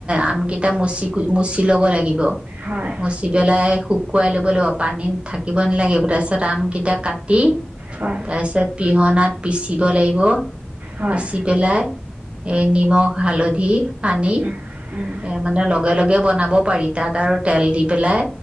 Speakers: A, on the right (about 30°); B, on the right (about 60°).
A: আম কেইটা মুচি মুচি ল'ব লাগিব
B: হয়
A: মচি পেলাই শুকুৱাই ল'ব লাগিব পানী থাকিব নালাগে তাৰপিছত আমকেইটা কাটি
B: হয়
A: তাৰপিছত পিহনাত পিচিব লাগিব,
B: হয়
A: পিচি পেলাই এই নিমখ হালধি সানি
B: উম, উম,
A: এ মানে লগে লগে বনাব পাৰি, তাত আৰু তেল দি পেলাই